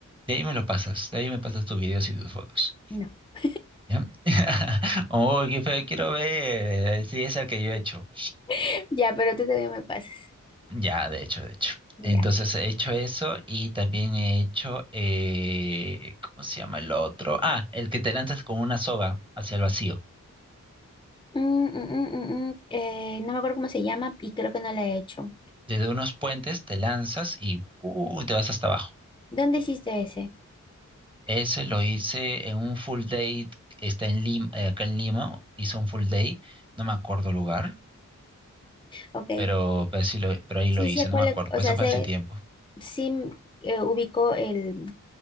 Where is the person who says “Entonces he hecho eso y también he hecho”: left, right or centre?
Right